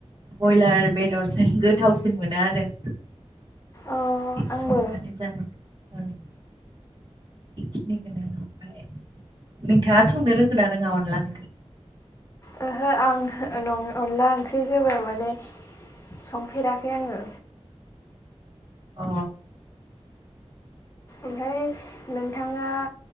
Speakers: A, on the right (about 45°); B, on the left (about 25°).
A: बयलार बेदरजों गोथावसिन मोनो आरो।
B: अ
A: <unintelligible> संनानै
B: आंबो
A: जानाय औ। बेखिनिखौनो ओमफ्राय नोंथाङा संनो रोंगोन ना रोङा अनखांनो?
B: ओहो आं ओ-नं- अनला ओंख्रि जेबो माने संफेराखै आङो।
A: अ
B: ओमफ्राय नोंथाङा।